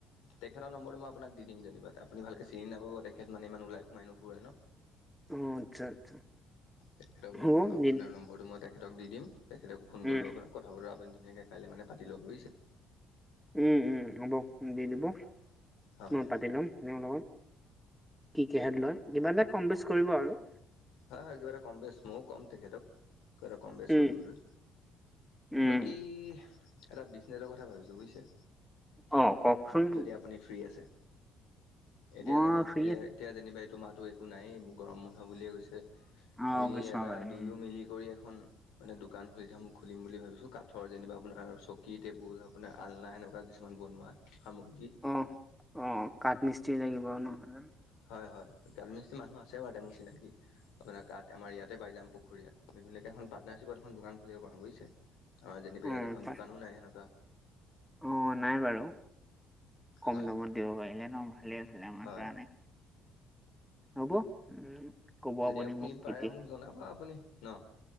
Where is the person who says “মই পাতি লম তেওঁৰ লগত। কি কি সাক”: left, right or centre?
Centre